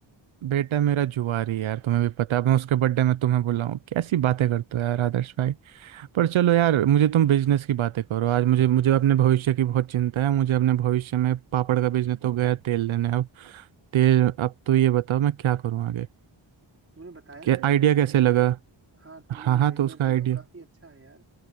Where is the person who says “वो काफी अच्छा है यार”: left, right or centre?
Right